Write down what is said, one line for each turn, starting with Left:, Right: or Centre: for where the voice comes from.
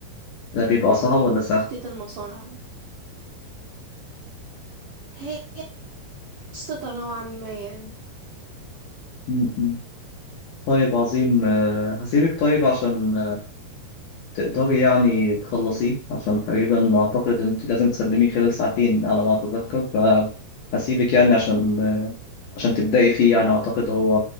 Left: ده بيبقى
Right: يعني
Left: صعب ولا
Right: تخطيط
Left: سهل؟
Right: المصانع هي قصة نوعا ما يعني
Left: م- م. طيب عظيم آه، هسيبك طيب عشان تقدري يعني تخلصيه عشان تقريبا أعتقد أنت لازم تسلميه خلال ساعتين على ما أتذكر فهسيبك يعني عشان عشان تبدأي فيه يعني أعتقد هو